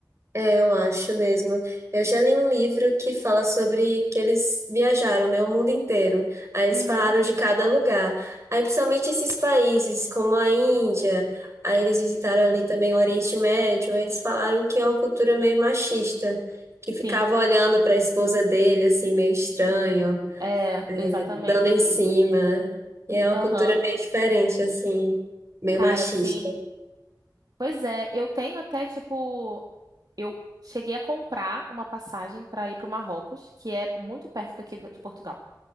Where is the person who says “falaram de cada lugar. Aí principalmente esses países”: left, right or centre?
Right